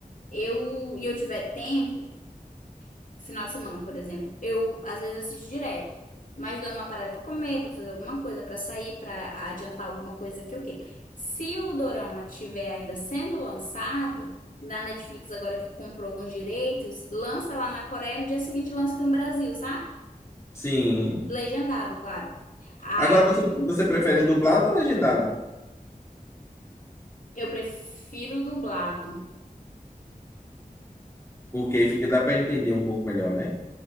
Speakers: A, on the left; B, on the left.
A: eu e eu tiver tempo, final de semana, por exemplo, eu às vezes assisto direto. Mas dando uma parada pra comer, pra fazer alguma coisa, pra sair, pra adiantar alguma coisa que eu queira. Se o dorama tiver ainda sendo lançado, na Netflix agora que comprou alguns direitos, lança lá na Coreia, no dia seguinte lança aqui no Brasil, sabe?
B: Sim.
A: Legendado, claro. Aí,
B: Agora você, você prefere
A: oi.
B: dublado ou legendado?
A: Eu prefiro dublado.
B: Porque aí fica, dá para entender um pouco melhor, né?